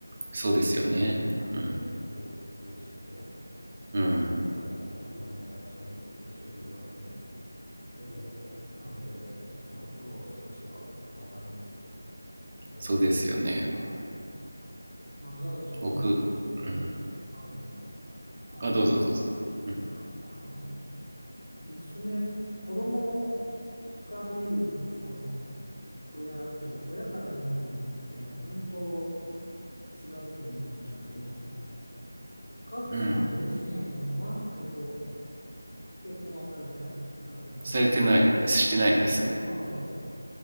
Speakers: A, on the right; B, on the left.
A: そうですよねうん
B: もう車で往復して、
A: うん
B: <laughs> もういろんな役所に行って書類を集め、えーやったので、その苦労は少しは分かります。え
A: そうですよね
B: ーはい。まあ、ただその、
A: 僕、
B: えー
A: うん。
B: あ、ごめんなさい。あの、
A: あ、どうぞどうぞ。
B: いいですか。
A: うん。
B: あの、娘、子供から見る、その、親と、親から見る子供って、本当違うと思うんですけど、その、和樹さんご自身は、
A: うん、
B: えっと、結婚はされてならっしゃらない。
A: されてない、してないです。
B: ああ、そうですか。